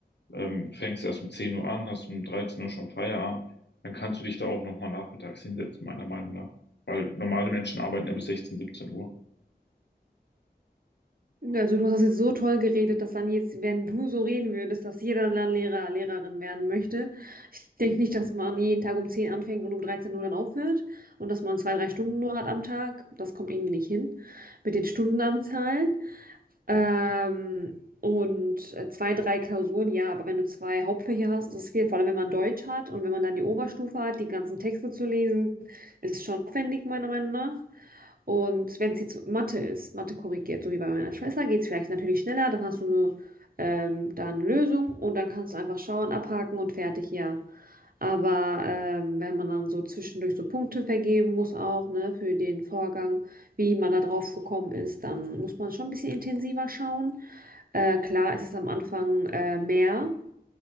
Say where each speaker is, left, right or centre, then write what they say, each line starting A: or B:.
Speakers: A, on the left; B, on the right.
A: ähm, fängst erst um 10 Uhr an, hast um 13 Uhr schon Feierabend, dann kannst du dich da auch nochmal nachmittags hinsetzen, meiner Meinung nach. Weil normale Menschen arbeiten ja bis sechzehn, siebzehn Uhr.
B: Also du hast jetzt so toll geredet, dass dann jetzt, wenn du so reden würdest, dass jeder dann Lehrer, Lehrerin werden möchte. Ich denke nicht, dass man jeden Tag um 10 anfängt und um 13 Uhr dann aufhört und dass man zwei, drei Stunden nur hat am Tag. Das kommt irgendwie nicht hin mit den Stundenanzahlen. Ähm, und äh, zwei, drei Klausuren, ja, aber wenn du zwei Hauptfächer hast, ist es viel. Vor allem, wenn man Deutsch hat und wenn man dann die Oberstufe hat, die ganzen Texte zu lesen, ist schon aufwendig, meiner Meinung nach. Und wenn es jetzt Mathe ist, Mathe korrigiert, so wie bei meiner Schwester, geht es vielleicht natürlich schneller, dann hast du eine ähm, dann Lösung und dann kannst du einfach schauen, abhaken und fertig, ja. Aber ähm, wenn man dann so zwischendurch so Punkte vergeben muss auch, ne, für den Vorgang, wie man da drauf gekommen ist, dann muss man schon ein bisschen intensiver schauen. Äh, klar, es ist es am Anfang äh, mehr